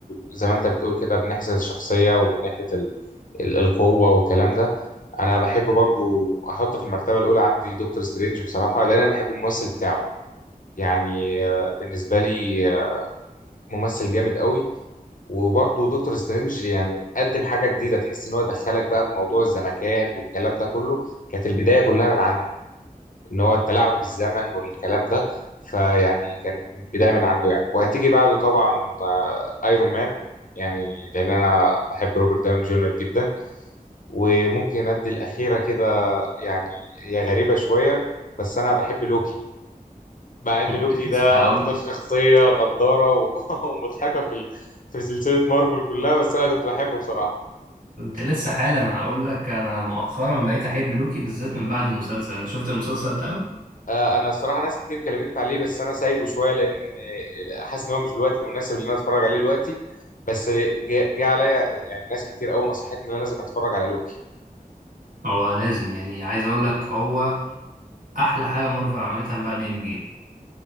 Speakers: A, on the left (about 65°); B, on the right (about 65°).
A: زي ما انت بتقول كده من ناحيه الشخصيه ومن ناحيه ال... ال- القوه والكلام ده انا بحب برضو احط في المرتبه الاولى عندي دكتور سترينج بصراحه لان انا بحب الممثل بتاعه يعني آه، بالنسبه لي آه، ممثل جامد قوي وبرضو دكتور سترينج يعني قدم حاجه جديده تحس ان هو دخلك بقى في موضوع الزمكان والكلام ده كله كانت البدايه كلها من عنده ان هو التلاعب بالزمن والكلام ده فيعني كانت بدايه من عنده يعني وهتيجي بعده طبعا آه، ايرون مان يعني لان انا بحب روبرت داون جونيور جدا وممكن ادي الاخيره كده يعني هي غريبه شويه بس انا بحب لوكي مع ان
B: كنت
A: لوكي
B: لسه
A: ده
B: هقول
A: اكتر شخصيه غداره و- <laughs> ومضحكه في ال- في سلسله مارفل كلها بس انا كنت بحبه بصراحه
B: كنت لسه حالا هقولك أنا مؤخرا بقيت أحب لوكي بالذات من بعد المسلسل أنت شفت المسلسل بتاعه؟
A: آه، انا الصراحه ناس كتير كلمتني عليه بس انا سايبه شويه لان آه، حاسس ان هو مش الوقت المناسب اللي انا اتفرج عليه دلوقتي بس آه، جه جه عليا يعني ناس كتير قوي نصحتني ان انا لازم اتفرج على لوكي
B: هو لازم يعني عايز أقولك هو أحلى حاجة مارفل عملتها من بعد إند جيم